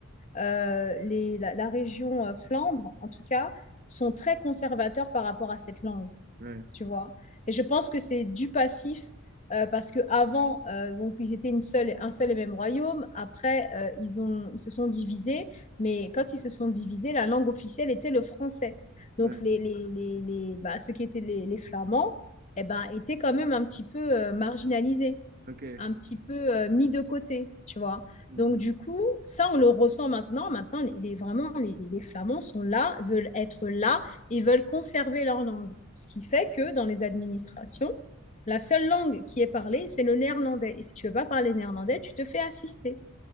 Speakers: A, on the left (about 35°); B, on the right (about 45°).
A: euh, les, la, la région euh, Flandre, en tout cas, sont très conservateurs par rapport à cette langue,
B: Ouais,
A: tu vois. Et je pense que c'est du passif euh, parce que avant, euh, donc ils étaient une seule, un seul et même royaume. Après, euh, ils ont, ils se sont divisés, mais quand ils se sont divisés, la langue officielle était le français. Donc
B: ouais,
A: les, les, les, les- bah, ceux qui étaient les, les Flamands, eh ben, étaient quand même un petit peu euh, marginalisés
B: ok.
A: un petit peu euh, mis de côté, tu vois.
B: Mhm.
A: Donc, du coup, ça, on le ressent maintenant. Maintenant, les, les- vraiment, les, les Flamands sont là, veulent être là et veulent conserver leur langue. Ce qui fait que dans les administrations, la seule langue qui est parlée, c'est le néerlandais. Et si tu veux pas parler néerlandais, tu te fais assister